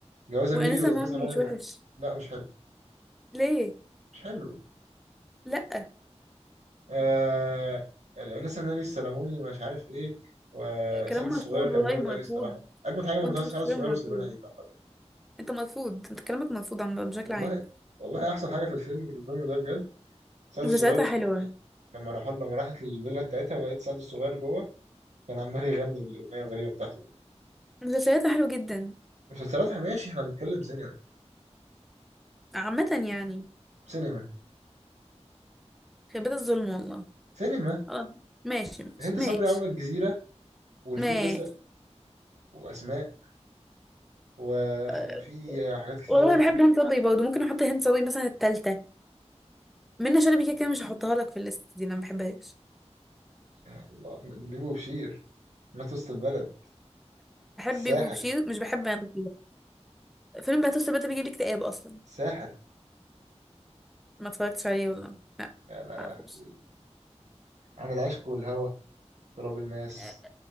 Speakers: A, on the right; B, in the centre.
A: جوازه
B: وانسه
A: ميري والانسه
B: مامي
A: مامي
B: مش وحش
A: لا مش حلو
B: ليه
A: مش حلو
B: لا
A: آه... الانسه ناني السلموني مش عارف ايه وسعد
B: كلام مرفوض
A: الصغير كان
B: ورأي
A: جامد
B: مرفوض
A: قوي الصراحه اجمد حاجه في
B: وانت
A: مسلسل
B: شخصيا
A: سعد الصغير
B: مرفوض
A: وسليمان عيد عامه
B: انت مرفوض انت كلامك مرفوض عم بشكل
A: والله
B: عام
A: والله احسن حاجه في الفيلم الفيلم ده بجد سعد
B: مسلسلاتها
A: الصغير وسليمان
B: حلوة
A: عيد لما راحوا لما راحت للفيلا بتاعتها ولقيت سعد الصغير جوه كان عمال يغني الاغنيه الغريبه بتاعته دي
B: مسلسلاتها حلوة جدا
A: مسلسلات ماشي احنا بنتكلم سينما
B: عامة يعني
A: سينما
B: خيبات الظلم والله
A: سينما
B: خلاص ماشي ماشي
A: هند
B: ماشي
A: صبري عامله الجزيره والفيل
B: ماشي
A: الازرق واسماء وفي
B: أه،
A: حاجات كتيره
B: والله انا
A: تانية.
B: بحب هند صبري برضه ممكن احط هند صبري مثلا التالتة منة شلبي كده كده مش هحطها لك في الليست دي انا ما بحبهاش
A: يا الله بيبي وبشير ما توسط البلد
B: بحب
A: الساحر
B: بيبو وبشير مش بحب انا فيلم بهتوت بقى بيجيب لي اكتئاب اصلا
A: الساحر
B: ما اتفرجتش عليه والله لا
A: يا لهوي
B: معرفوش
A: عن العشق والهوى تراب الماس
B: آه،